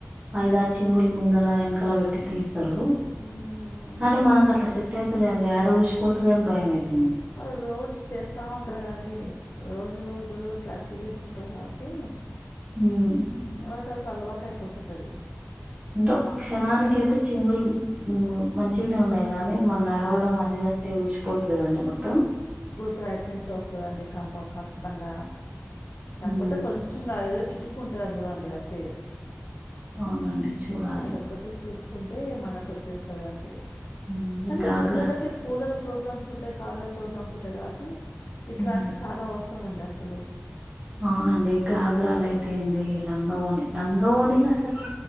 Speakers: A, on the right (about 30°); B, on the left (about 60°).
A: ఐదారు చింగులు ముందల వెనకల పెట్టి తీసి స్తారు
B: మ్మ్.
A: కానీ మనకు అట్లా సెట్ అయతులేండి ఆడ ఊసిపోతదో అని భయం అయితుంది
B: వాళ్ళు రోజు చేస్తూ ఉంటారు కదండి రోజు రోజు రోజు ప్రాక్టీస్ చేస్తుూంటారు కాబట్టి
A: ఉమ్,
B: వాళ్ళకు ఆది అలవాటు అయిపోతుంటది
A: అంటే ఒక్క క్షణానికి అయితే చింగులు మంచిగానే ఉన్నాయి కానీ మన నడవడం అది అంతే ఉసిపోతుంది కదా మొత్తం
B: ప్రయత్నిస్తే వస్తదండి కప ఖచ్చితంగా కాకపోతే
A: ఉమ్,
B: కొంచెం నా ఏదో చిటుకు ఉంటది అందులో అండి అంతే
A: అవునండి చూడాలి
B: అదొక్కటి చూసుకుంటే మనకు వచ్చేస్తది అం అంతే
A: ఉమ్,
B: కానీ
A: గాగ్రా
B: ఇప్పుడు పిల్లలకి స్కూళ్లో ప్రోగ్రామ్స్ ఉంటాయి కాలేజీల ప్రోగ్రామ్స్ ఉంటాయి కాబట్టి ఇట్లాంటి
A: ఉమ్.
B: చాలా అవసరం అండి అసలు
A: అవునండి గాగ్రాలు అయితే ఏంది లంగా ఓణి లంగా ఓనీలు అసలు